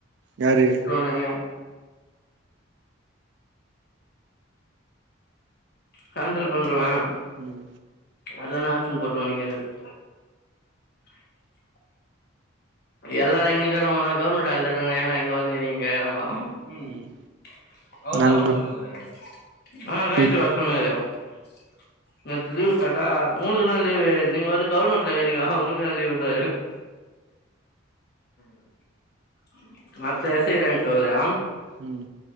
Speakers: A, on the right; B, on the left.
A: யாரு
B: உஹீம் கேன்சல் பண்றுவன்
A: உம்
B: வரலனா ஆப்சன் போட்டுருவன் நீங்க <unintelligible> எல்லாரும் இங்க இருக்கறவங்களாம் கவர்மெண்ட் ஹா <unintelligible> ஏன்டா இங்க வந்து இருக்கீங்கன்னு கேக்குறாங்க உம் <inaudible>
A: ம்
B: அவர்
A: நாங்க
B: தான் வர சொல்லுங்கராறு ஆன் ரைட்டு
A: ம்
B: <inaudible> வர சொல்லுங்கராறு <inaudible> நேத்து லீவு <unintelligible> <unintelligible> உங்களுக்குதான் லீவு நீங்க வந்து கவர்மெண்ட்ல இருக்கிறீங்க உங்களுக்குதான் லீவு <unintelligible> <inaudible> <inaudible> மத்த எஸ்ஐ ரேங்க் விவரம்
A: உம்